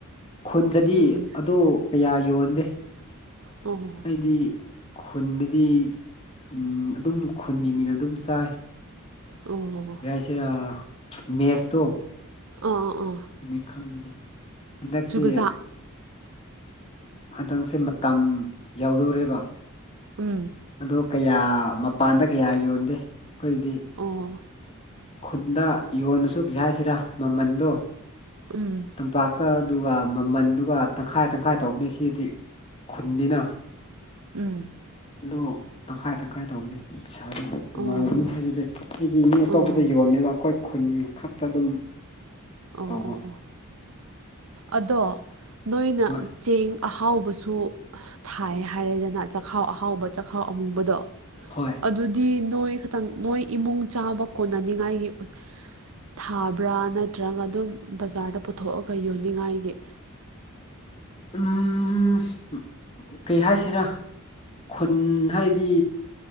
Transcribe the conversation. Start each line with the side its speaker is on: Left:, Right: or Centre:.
Left: ꯈꯨꯟꯗꯗꯤ
Right: ꯎꯝ
Left: ꯑꯗꯣ ꯀꯌꯥ ꯌꯣꯟꯗꯦ
Right: ꯎꯝ
Left: ꯍꯥꯏꯗꯤ ꯈꯨꯟꯗꯗꯤ ꯎꯝ ꯑꯗꯨꯝ ꯈꯨꯟꯒꯤ ꯃꯤꯅ ꯑꯗꯨꯝ ꯆꯥꯏ
Right: ꯑꯣ
Left: ꯆꯤꯔꯥ ꯃꯦꯁꯇꯣ
Right: ꯑ ꯑꯥ
Left: ꯃꯤꯡ ꯈꯪꯗꯦꯅꯦ ꯍꯟꯗꯛꯁꯦ
Right: ꯆꯨꯒꯖꯥ
Left: ꯍꯟꯗꯛꯁꯦ ꯃꯇꯝ ꯌꯧꯗꯣꯔꯦꯕ
Right: ꯎꯝ
Left: ꯑꯗꯣ ꯀꯌꯥ ꯃꯄꯥꯟꯗ ꯀꯌꯥ ꯌꯣꯟꯗꯦ ꯑꯩꯈꯣꯏꯗꯤ
Right: ꯑꯣ
Left: ꯈꯨꯟꯗ ꯌꯣꯜꯂꯁꯨ ꯀꯩ ꯍꯥꯏꯁꯤꯔꯥ ꯃꯃꯟꯗꯣ
Right: ꯎꯝ
Left: ꯇꯝꯄꯥꯛꯇ ꯑꯗꯨꯒ ꯃꯃꯟꯗꯨꯒ ꯇꯪꯈꯥꯏ ꯇꯪꯈꯥꯏ ꯇꯧꯕꯅꯤ ꯁꯤꯗꯤ ꯈꯨꯟꯅꯤꯅ
Right: ꯎꯝ
Left: ꯑꯗꯣ ꯇꯪꯈꯥꯏ ꯇꯪꯈꯥꯏ ꯇꯧꯕꯅꯦ ꯄꯩꯁꯥꯗꯣ ꯅꯨꯡꯉꯥꯏꯕꯅꯦ
Right: ꯑꯣ
Left: ꯑꯗꯨꯗꯩ ꯑꯩꯗꯤ ꯃꯤ ꯑꯇꯣꯞꯄꯗ
Right: ꯑꯣ ꯑꯣ
Left: ꯌꯣꯟꯗꯦꯕ ꯑꯩꯈꯣꯏ ꯈꯨꯟ ꯈꯛꯇ ꯑꯗꯨꯝ
Right: ꯑꯣ
Left: ꯇꯧꯕ
Right: ꯑꯣ ꯑꯣ ꯑꯗꯣ ꯅꯣꯏꯅ
Left: ꯍꯣꯏ
Right: ꯆꯦꯡ ꯑꯍꯥꯎꯕꯁꯨ ꯊꯥꯏ ꯍꯥꯏꯔꯦꯗꯅ ꯆꯥꯛꯍꯥꯎ ꯑꯍꯥꯎꯕ ꯆꯥꯛꯍꯥꯎ ꯑꯃꯨꯕꯗꯣ
Left: ꯍꯣꯏ
Right: ꯑꯗꯨꯗꯤ ꯅꯣꯏ ꯈꯤꯇꯪ ꯅꯣꯏ ꯏꯃꯨꯡ ꯆꯥꯕ ꯀꯣꯟꯅꯅꯤꯡꯉꯥꯏꯒꯤ ꯊꯥꯕ꯭ꯔꯥ ꯅꯠꯇ꯭ꯔꯒ ꯑꯗꯨꯝ ꯕꯖꯥꯔꯗ ꯄꯨꯊꯣꯛꯑꯒ ꯌꯣꯟꯅꯤꯡꯉꯥꯏꯒꯤ
Left: ꯎꯝ ꯀꯩ ꯍꯥꯏꯁꯤꯔꯥ ꯈꯨꯟ ꯍꯥꯏꯗꯤ